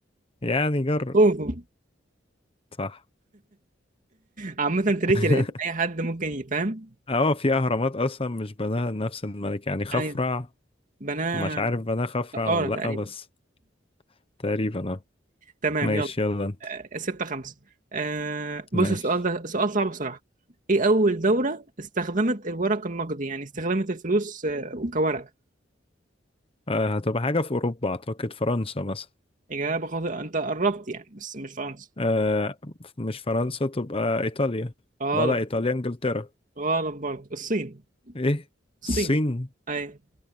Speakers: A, on the left; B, on the right.
A: يعني جرب
B: اوفو
A: صح
B: عامة
A: <laughs>
B: تريكي لان اي حد ممكن يفهم
A: اه في اهرامات اصلا مش بناها نفس الملك يعني خفرع
B: ايوه بناه
A: مش عارف بناها خفرع
B: سقارة
A: ولا
B: تقريبا
A: لا بس تقريبا آه.
B: تمام
A: ماشي
B: يلا
A: يلا انت
B: آه، ستة خمسة آه بص
A: ماشي
B: السؤال ده سؤال صعب بصراحة ايه اول دولة استخدمت الورق النقدي يعني استخدمت الفلوس آه، كورق
A: آه هتبقى حاجة في أوروبا أعتقد فرنسا مثلا
B: إجابة خاطئة أنت قربت يعني بس مش فرنسا
A: آه ف- مش فرنسا تبقى إيطاليا
B: غلط
A: ولا إيطاليا إنجلترا
B: غلط برضه الصين
A: إيه
B: الصين
A: الصين
B: أيوة